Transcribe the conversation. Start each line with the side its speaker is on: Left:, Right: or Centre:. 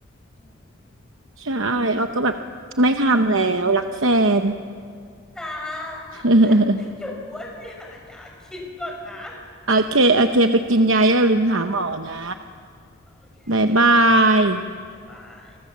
Centre: อืม
Right: ใช่อ้อก็แบบไม่ทำแล้วรักแฟน
Centre: จ้า
Right: <laughs>
Centre: รักแฟนยังอยู่อ้วนไปหายากินก่อนนะ
Right: โอเค โอเค ไปกินยาอย่าลืมหาหมอนะ
Centre: โอเคค่ะ
Right: บ๊ายบาย
Centre: บ๊ายบาย